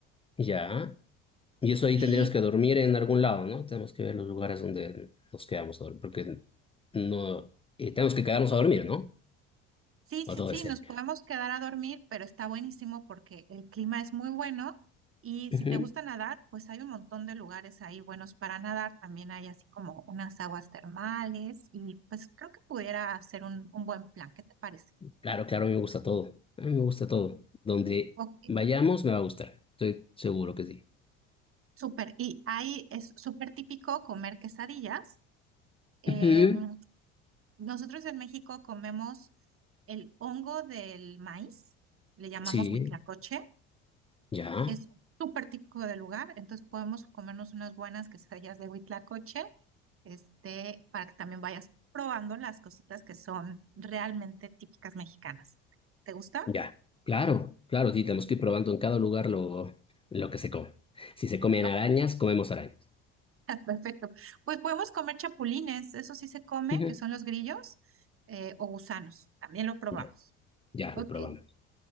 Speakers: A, on the left; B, on the right.
A: Ya. Y eso ahí
B: Y
A: tendríamos que dormir en algún lado, ¿no? Tenemos que ver los lugares donde nos quedamos a dormir, porque no, eh, tenemos que quedarnos a dormir, ¿no?
B: sí,
A: O
B: sí,
A: todo
B: sí,
A: de
B: nos
A: cerca.
B: podemos quedar a dormir, pero está buenísimo porque el clima es muy bueno. Y
A: Ujú,
B: si te gusta nadar, pues hay un montón de lugares ahí buenos para nadar. También hay así como unas aguas termales y pues creo que pudiera ser un, un buen plan. ¿Qué te parece?
A: Claro, claro, me gusta todo. A mí me gusta todo. Donde
B: Ok,
A: vayamos me va a gustar. Estoy seguro que sí.
B: súper. Y ahí es súper típico comer quesadillas. em,
A: Ujú,
B: Nosotros en México comemos el hongo del maíz, le llamamos
A: Sí,
B: huitlacoche,
A: ya.
B: es súper típico del lugar, entonces podemos comernos unas buenas quesadillas de huitlacoche, este, para que también vayas probando las cositas que son realmente típicas mexicanas. ¿Te gusta?
A: Ya, claro, claro, sí, tenemos que ir probando en cada lugar lo, lo que se come. Si se comen
B: Ok,
A: arañas, comemos arañas.
B: <laughs> perfecto. Pues podemos comer chapulines, eso sí se come,
A: Ujú.
B: que son los grillos, eh, o gusanos, también lo probamos.
A: Ya, ya,
B: Ok,
A: lo probamos.